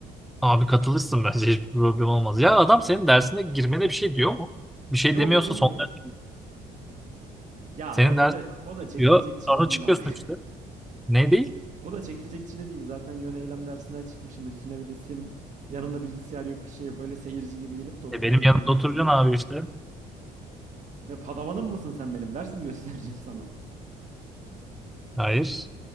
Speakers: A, in the centre; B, on the right.
A: Abi katılırsın bence hiçbir problem olmaz. Ya adam senin dersine girmene bir şey diyor mu? Bir şey
B: Yo
A: demiyorsa
B: demiyor.
A: son ders.
B: Ya
A: Senin
B: yok
A: ders
B: o da o da
A: bitiyor.
B: çekilecek çile
A: Sonra
B: değil
A: çıkıyorsun
B: ama
A: işte. Ne değil?
B: O da çekilecek çile değil. Zaten yön eylem dersinden çıkmışım. Üstüne bir de sim. Yanımda bilgisayar yok, bir şey yok. Öyle seyirci gibi gelip de oturmaya
A: E benim
B: girmek
A: yanımda
B: istemedim.
A: oturacaksın abi işte.
B: Ne padavanım mısın sen benim? Ders mi göstereceğim sana?
A: Hayır.